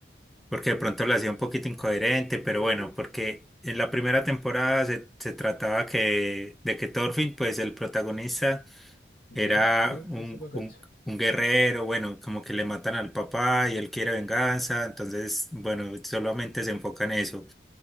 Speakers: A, in the centre; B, on the left (about 55°).
A: porque de pronto la hacía un poquito incoherente, pero bueno, porque en la primera temporada se, se trataba que, de que Thorfinn, pues el protagonista,
B: ya,
A: era
B: sí, sí,
A: un,
B: sí lo cacho.
A: un, un guerrero, bueno, como que le matan al papá y él quiere venganza, entonces, bueno, solamente se enfoca en eso.